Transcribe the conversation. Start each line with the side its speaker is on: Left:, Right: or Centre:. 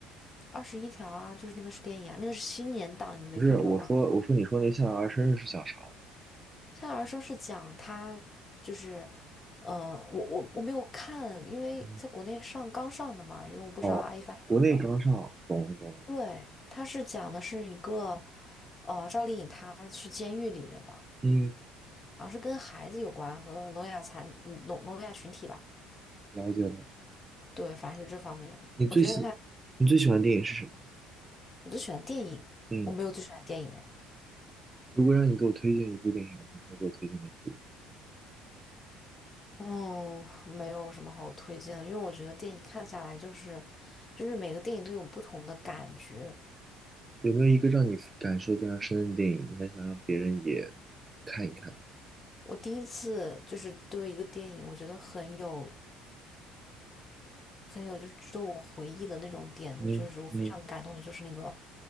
Left: 二十一条啊，就是那个是电影啊，那个是新年档，你没看过吗？
Right: 不是，我说我说你说那《向阳而生》是讲啥的？
Left: 夏尔生是讲他就是，呃，我我我没有看，因为在国内上刚上的嘛，
Right: 嗯，
Left: 因为我不知道阿一凡有没有。
Right: 哦，国内刚上，懂了懂了。
Left: 对，他是讲的是一个，呃，赵丽颖她去监狱里了嘛，
Right: 嗯，
Left: 好像是跟孩子有关和聋哑残嗯聋聋哑群体吧，
Right: 了解了。
Left: 对，反正是这方面的我觉得他，
Right: 你最喜你最喜欢的电影是什么？
Left: 我最喜欢电影，
Right: 嗯，
Left: 我没有最喜欢电影哎。
Right: 如果让你给我推荐一部电影的话，你会给我推荐哪一部？
Left: 嗯，没有什么好推荐的，因为我觉得电影看下来就是，就是每个电影都有不同的感觉。
Right: 有没有一个让你感受非常深的电影，你还想让别人也看一看？
Left: 我第一次就是对一个电影，我觉得很有很有就是值得我回忆的那种点的，
Right: 嗯嗯
Left: 就是我非常感动的，就是那个